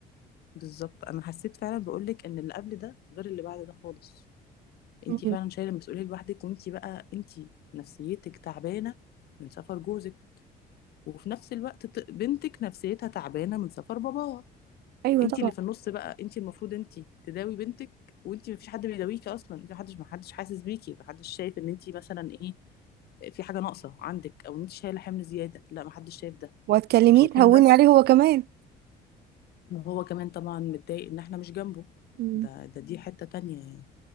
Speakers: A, on the left; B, on the right.
A: بالظبط انا حسيت فعلا بقولك ان اللي قبل ده غير اللي بعد ده خالص انت
B: مم.
A: فعلا شايله المسؤوليه لوحدك وانت بقى انت نفسيتك تعبانه من سفر جوزك وفي نفس الوقت ط- بنتك نفسيتها تعبانه من سفر باباها
B: ايوه
A: انت
B: طبعا
A: اللي في النص بقى انت المفروض انت تداوي بنتك وانت مفيش حد بيداويكي اصلا انت محدش محدش حاسس بيكي محدش شايف ان انت مثلا ايه في حاجه ناقصه عندك او انت شايله حمل زياده لا محدش شايف ده
B: وهتكلميه
A: ما شايفين
B: تهوني
A: بس
B: عليه هو كمان
A: وهو كمان طبعا متضايق ان احنا مش جنبه
B: مم.
A: ده ده دي حته تانية يعني